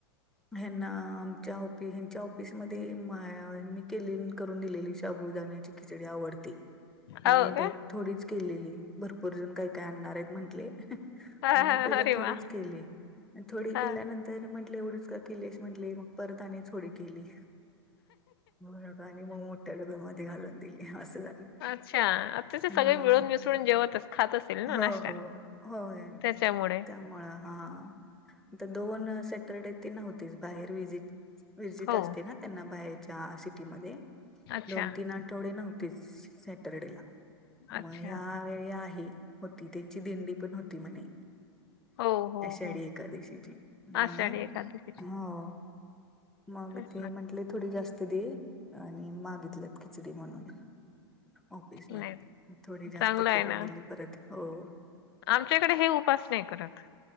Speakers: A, in the centre; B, on the left.
A: हेना आमच्या ऑफि हेंच्या ऑफिसमध्ये मी केले करून दिलेली शाबूदाण्याची खिचडी आवडती. मग
B: हो
A: मी
B: का
A: पहि थोडीच केलेली भरपूर जण काय-काय आणणार आहेत म्हंटले.
B: हा
A: म्हणून
B: हा
A: पहिला
B: अरे
A: थोडीच
B: वा
A: केली थोडी
B: हा
A: केल्यानंतर म्हणटल एवढच का केलेस म्हटले मग परत आणि थोडी केली. होय का आणि मग मोठ्या डब्यामध्ये घालून दिली असं झालं.
B: अच्छा त्याचे सगळे
A: हा
B: मिळून मिसळून जेवतच खात असेल ना
A: हो
B: नाश्ता
A: हो होय
B: त्याच्यामुळे.
A: त्यामुळं हा त दोन सॅटरडे ते नव्हतीच बाहेर विजिट विजिट
B: हो.
A: असते ना त्यांना बाहेरच्या सिटीमध्ये
B: अच्छा,
A: दोन-तीन आठवडे नव्ह तेच सॅटरडेला मग
B: अच्छा.
A: ह्या वेळी आहे. होती त्यांची दिंडी पण होती म्हणे.
B: हो, हो,
A: आषाढ
B: हो.
A: एकादशीची मग
B: आषाढी एकादशीची
A: हो <inaudible> मग
B: तेच
A: ते
B: ना.
A: म्हंटले थोडी जास्त दे आणि मागितलेत खिचडी म्हणून. ऑफिस मध्ये
B: नाही,
A: म थोडी जास्त
B: चांगलं आहे
A: करून
B: ना.
A: दिली परत हो.
B: आमच्याकडे हे उपास नाही करत.